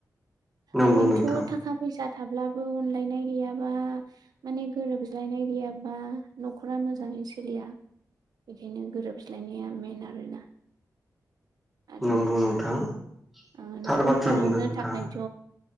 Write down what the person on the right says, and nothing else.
ओरैनोथ'
थाखा फैसा थाब्लाबो अनलायनाय गैयाबा माने गोरोबज्लायनाय गैयाबा न'खरा मोजाङै सोलिया बेनो गोरोबज्लायनाया मेन आरोना आरो
ओ न'खर
खुंलांनो
थाखायथ'